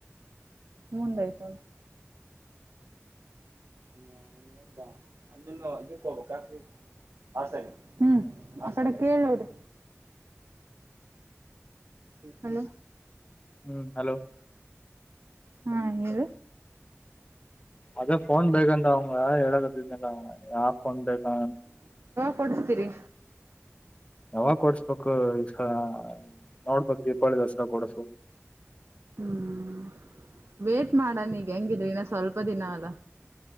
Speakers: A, on the right; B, on the left.
A: ಮುಂದಯ್ತ. ಹ್ಮ ಇದ. <unintelligible> ಅನ್ನು ಇ ಕಬ ಕಾಕ್ರ. <unintelligible> ಆ ಸರಿ ಹ್ಮ್ ಆ ಕಡೆ ಕೇಳ್ನೋಡ್ರಿ. ಹಲೋ.
B: ಹ್ಮ್ ಹಲೋ.
A: ಹಾ ಹೇಳ.
B: ಅದ ಫೋನ್ ಬೇಕಂತ ಅವಂಗ ಹೇಳಕ್ಕತ್ತ್ತಿದ್ನಲ ಅವನ ಯಾವ ಫೋನ್ ಬೇಕಾ.
A: ಕೊಡಿಸ್ತೀರಿ.
B: ಯಾವಾಗ ಕೊಡ್ಸ್ಬೇಕು. ಹ ನೋಡ್ಬೇಕ್ ದೀಪಾವಳಿ ದಸ್ರಾ ಕೊಡಸು.
A: ಹ್ಮ್ ವೇಟ್ ಮಾಡಣ ಈಗ ಹೆಂಗಿದ್ರಿನ. ಸ್ವಲ್ಪ ದಿನ ಅಲ.